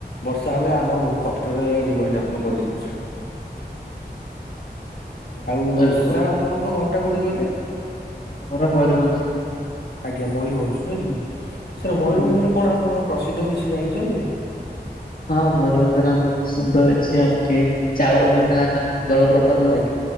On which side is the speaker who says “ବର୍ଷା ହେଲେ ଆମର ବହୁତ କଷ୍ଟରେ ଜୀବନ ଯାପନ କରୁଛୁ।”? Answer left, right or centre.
Left